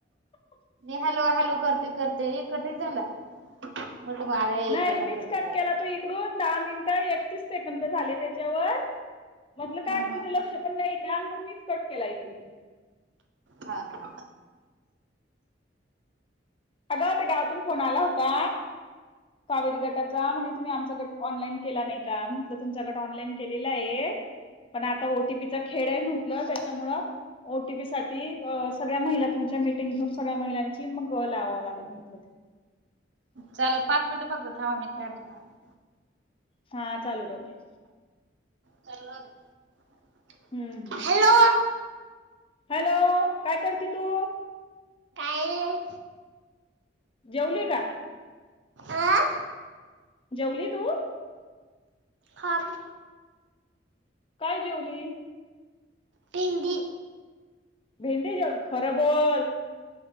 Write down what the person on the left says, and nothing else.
<unintelligible>
नाही मीच
कट
केला तो इकडून दहा मिनिटं एकतीस सेकंद झाले त्याच्यावर म्हटलं काय
का
तुझ लक्ष पण नाही का आणि मग मीच कट केला ऐकून तो.
अगं त्या गावातून फोन आला होता कावेरी गटाचा म्हणजे तुम्ही आमचा गट ऑनलाईन केला नाही का म्हटलं तुमच्याकडे ऑनलाईन केलेलं आहे. पण आता ओ टी पी चा खेड म्हटलं त्यामुळे ओ टी पी साठी सगळ्या महिला तुमच्या मीटिंग घेऊन सगळ्या महिलांची मग लावावी लागल म्हटलं
हा चालू राहू दे
हम्म
हॅलो काय करते तू?
जेवली का
जेवली तू?
काय जेवली?
भेंडी जेवली खरा बोल.